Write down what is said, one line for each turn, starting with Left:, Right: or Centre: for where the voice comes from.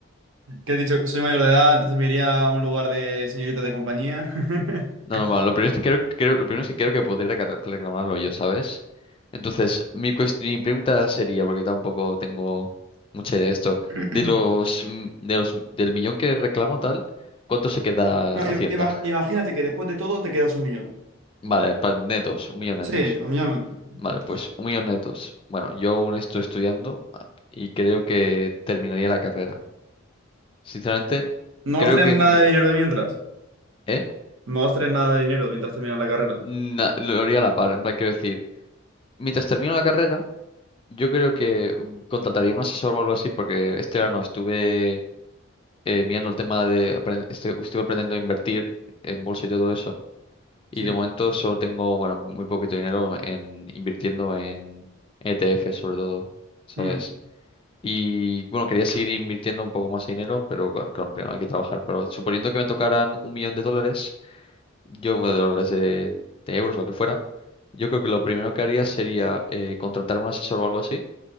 Right: ¿Qué he dicho? Soy mayor de edad, entonces me iría a un lugar de señoritas de compañía. <clears throat>
Left: No, no, vale, Lo primero es que creo, creo- lo primero es que creo que podría reca- reclamarlo yo, ¿sabes? Entonces, mi, cuest- mi pregunta sería, porque tampoco tengo mucha idea de esto,
Right: <laughs>
Left: de los, mm, de los, del millón que reclamo tal, ¿cuánto se queda
Right: No,
Left: Hacienda?
Right: im- ima-
Left: <laughs>
Right: imagínate que después de todo te quedas un millón.
Left: Vale, en plan, netos, un millón netos.
Right: Sí, un millón. de
Left: Vale,
Right: euros.
Left: pues un millón netos. Bueno, yo aún estoy estudiando ah, y creo que terminaría la carrera. Sinceramente,
Right: No
Left: creo
Right: vas a tener
Left: que,
Right: nada
Left: mm,
Right: de dinero de mientras.
Left: ¿eh?
Right: No vas a tener nada de dinero mientras terminas la carrera.
Left: Na- lo haría a la par, en plan, quiero decir, mientras termino la carrera, Yo creo que contrataría un asesor o algo así, porque este verano estuve eh, mirando el tema de, aprend- estu- estuve aprendiendo a invertir en bolsa y todo eso, y
Right: Sí.
Left: de momento solo tengo, bueno, muy poquito dinero en invirtiendo en ETF sobre todo, ¿sabes?
Right: Mm.
Left: Y bueno, quería seguir invirtiendo un poco más de dinero, pero claro, claro, primero hay que trabajar. Pero suponiendo que me tocaran un millón de dólares, yo, bueno, de dólares, de, de euros, lo que fuera, yo creo que lo primero que haría sería eh, contratar un asesor o algo así